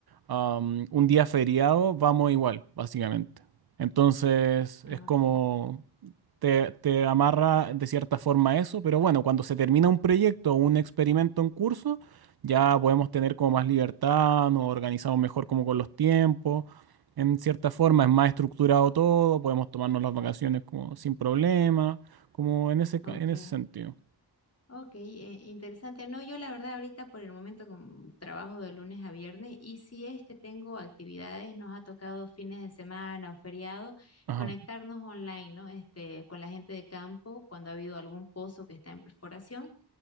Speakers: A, on the right; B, on the left.
A: am, un día feriado, vamos igual, básicamente. Entonces
B: ah,
A: es como
B: Ok.
A: te, te amarra de cierta forma a eso, pero bueno, cuando se termina un proyecto o un experimento en curso, ya podemos tener como más libertad, nos organizamos mejor como con los tiempos. En cierta forma es más estructurado todo, podemos tomarnos las vacaciones como sin problema, como en ese, ca-
B: Ok.
A: en ese sentido.
B: Ok, eh, interesante. No, yo la verdad ahorita por el momento como trabajo de lunes a viernes y si es que tengo actividades, nos ha tocado fines de semana o feriado
A: Ajá,
B: conectarnos online, ¿no? Este, con la gente de campo cuando ha habido algún pozo que está en perforación